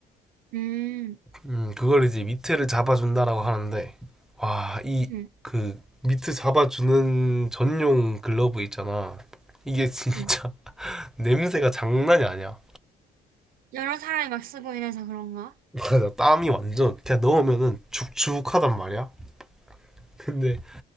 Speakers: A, on the right; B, in the centre.
A: 응, 응
B: 음 그걸 이제 밑에를 잡아준다라고 하는데 와 이
A: 응,
B: 그 밑에 잡아주는 전용 글러브 있잖아 이게 진짜
A: 응.
B: <laughs> 냄새가 장난이 아니야
A: 여러 사람이 막 쓰고 이래서 그런가?
B: 맞아 땀이 완전 그냥 넣으면은 죽죽하단 말이야 근데